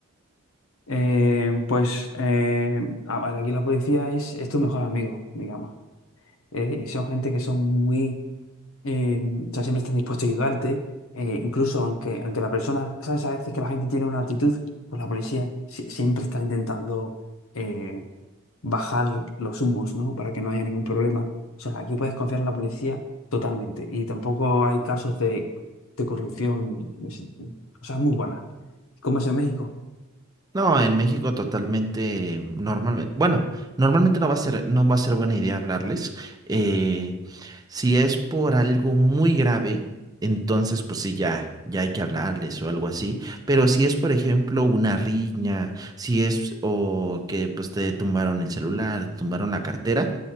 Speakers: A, on the left; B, on the right.
A: Eh, pues, eh, a ver, aquí la policía es, es tu mejor amigo, digamos. Eh, son gente que son muy... eh, o sea, siempre están dispuestos a ayudarte. eh, incluso aunque, aunque la persona, ¿sabes? A veces que la gente tiene una actitud, pues la policía si- siempre está intentando... eh, bajar los humos, ¿no? Para que no haya ningún problema. O sea, aquí puedes confiar en la policía totalmente. Y tampoco hay casos de, de corrupción. Es- O sea, es muy buena. ¿Cómo es en México?
B: No, en México totalmente normalmente, bueno, normalmente no va a ser, no va a ser buena idea hablarles. Eh, si es por algo muy grave, entonces pues sí ya, ya hay que hablarles o algo así. Pero si es, por ejemplo, una riña, si es o que pues te tumbaron el celular, tumbaron la cartera,